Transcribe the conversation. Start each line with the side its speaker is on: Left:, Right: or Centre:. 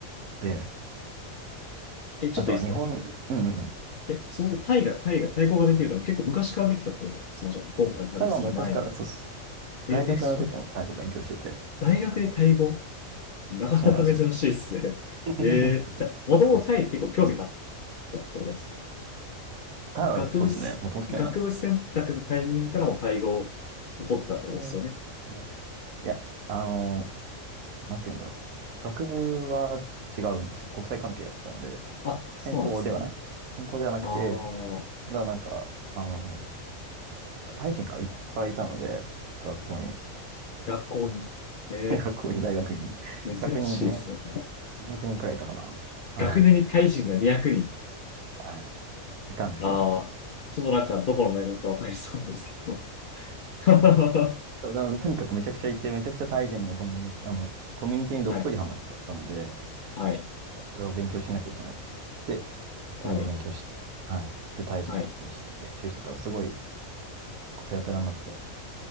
Right: で、
Left: え、ちょっといいですか
Right: あとは日本、うんうんうん。
Left: え、そもそもタイが、タイが、対抗ができるから結構昔からできたってことですかじゃあ、今回旅する前に。
Right: タイは昔から、そうそう
Left: え、
Right: 大学の時も太鼓勉強してて、
Left: え、そ、大学でタイ語なかなか珍しいですね。
Right: そうなんですよ。<laughs>
Left: <laughs> えーじゃあ、もともとタイに結構興味があっ
Right: そうそうそう
Left: たってことですか
Right: ただ、
Left: 学部す、
Right: そうですね、もともと興味あって。
Left: 学部選択のタイミングからもタイ語を取ってたってことですよね。
Right: えーっとね、いや、あのーなんて言うんだろう。学部は違うんですよ。国際関係だったので、
Left: あ、
Right: 専攻ではない。
Left: そうなんですね。
Right: 専攻ではなくて、
Left: ああ、
Right: ただなんか、あのータイ人がいっぱいいたので、学校に、
Left: 学校に。
Right: <laughs>
Left: え
Right: 学校に大学にね、
Left: え珍しいですね。
Right: 100人、200、200人くにんくらいいたかな。は
Left: 学年にタイ人が200人。
Right: い。はい。いたんですよ。
Left: ああ、ちょっとなんかどこの大学かわかりそうなんですけど。<laughs> は
Right: そうだからとにかくめちゃくちゃいて、めちゃくちゃタイ人の友達、あの、コミュニティにどっぷりハマっちゃったので、
Left: い、はい、
Right: これを勉強しなきゃいけないって言って、タイ語勉強して、
Left: はい、
Right: はい。で、タイ人の人として練習してたら、
Left: はい、
Right: すごいペラペラになって。